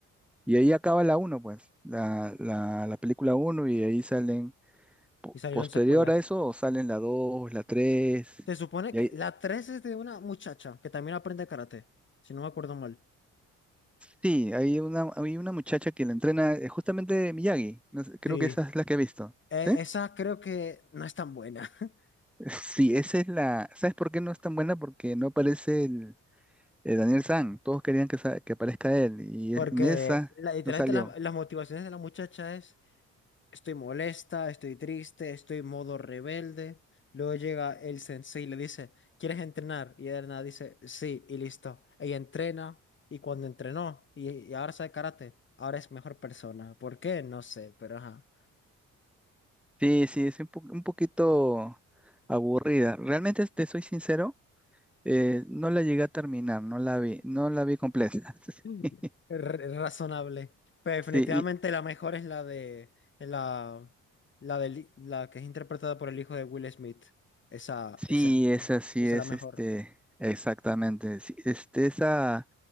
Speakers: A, in the centre; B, on the left.
A: Y ahí acaba la uno pues, la, la, la película uno y ahí salen, po-
B: Y salieron
A: posterior
B: secuelas.
A: a eso, salen la 2 la tres
B: Se supone
A: Y
B: que
A: ahí,
B: la 3 es de una muchacha que también aprende karate, si no me acuerdo mal.
A: sí, hay una, hay una muchacha que la entrena eh, justamente Miyagi, no sé, creo
B: Sí.
A: que esa es la que he visto.
B: Eh,
A: ¿sí?
B: esa creo que no es tan buena, <laughs>
A: Sí, esa es la. ¿Sabes por qué no es tan buena? Porque no aparece el, el Daniel San. Todos querían que, sa- que aparezca él. Y
B: porque
A: es- en esa
B: la- literalmente
A: no salió.
B: la- las motivaciones de la muchacha es Estoy molesta, estoy triste, estoy modo rebelde. Luego llega el sensei y le dice, ¿quieres entrenar? Y Erna dice, sí, y listo. Ella entrena, y cuando entrenó, y, y ahora sabe karate, ahora es mejor persona. ¿Por qué? No sé, pero ajá.
A: Sí, sí, es un, po- un poquito aburrida. Realmente, te soy sincero, eh, no la llegué a terminar, no la vi, no la vi completa.
B: <laughs>
A: <laughs>
B: R- razonable. Pero definitivamente
A: Sí, y-
B: la mejor es la de la la de la que es interpretada por el hijo de Will Smith. Esa
A: sí,
B: esa es mu-
A: esa sí
B: esa
A: es
B: es la mejor.
A: este, exactamente. sí, este, esa,